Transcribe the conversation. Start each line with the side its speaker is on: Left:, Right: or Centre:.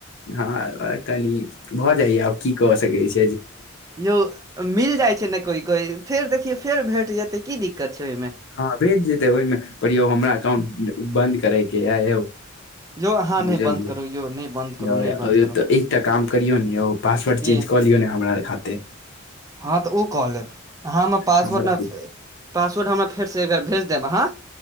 Left: हँ कनी भऽ जाइए आब की कऽ सकैत छी
Right: यौ मिल जाइ छै ने कोइ कोइ फेर देखियौ फेर भेट जेतै की दिक्कत छै ओहिमे
Left: हँ भेज देबै ओहिमे पर यौ हमरा अकाउंट बन्द करय के या यौ
Right: यौ अहाँ नहि
Left: बुझलिये
Right: बन्द करू
Left: <unintelligible>
Right: यौ नहि बन्द करू नहि बन्द करू
Left: करियौ ने पासवर्ड चेंज
Right: की
Left: कऽ लियौ न हमरा खातिर
Right: हँ तऽ ओ कऽ लेब <inaudible> हाँ हम पासवर्ड
Left: हमरा दे
Right: पासवर्ड हमरा फेरसँ एकबर भेज देब अहाँ